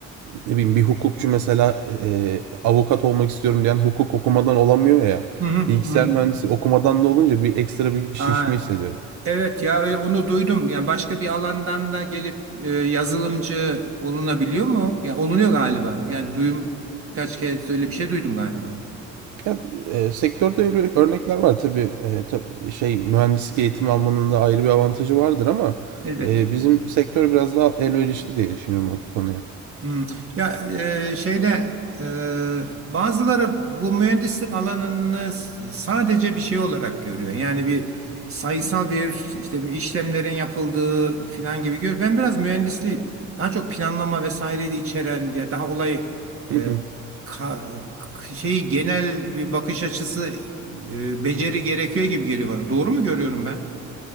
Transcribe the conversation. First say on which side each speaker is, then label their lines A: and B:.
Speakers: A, on the right (about 75°); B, on the right (about 45°).
A: ne bileyim bir hukukçu mesela e, avukat olmak istiyorum diyen hukuk okumadan olamıyor ya.
B: Hı hı,
A: Bilgisayar
B: hı.
A: mühendisi okumadan da olunca bir ekstra bir şişme
B: Aa,
A: hissediyorum.
B: Evet ya e, onu duydum. Yani başka bir alandan da gelip e, yazılımcı olunabiliyor mu? Ya olunuyor galiba. Yani duyum birkaç kez öyle bir şey duydum galiba.
A: Ya, e, sektörde öyle örnekler var tabii, e, tab- şey mühendislik eğitimi almanın da ayrı bir avantajı vardır ama
B: Elbette
A: e,
B: ki.
A: bizim sektör biraz daha elverişli diye düşünüyorum o konuya.
B: Hmm. Ya e, şeyde e, bazıları bu mühendislik alanını s- sadece bir şey olarak görüyor. Yani bir sayısal bir işte bir işlemlerin yapıldığı filan gibi görüyor. Ben biraz mühendisliği daha çok planlama vesaireyi de içeren ya daha olay
A: <laughs>
B: e, ka- k- şeyi genel bir bakış açısı e, beceri gerekiyor gibi geliyor bana. Doğru mu görüyorum ben?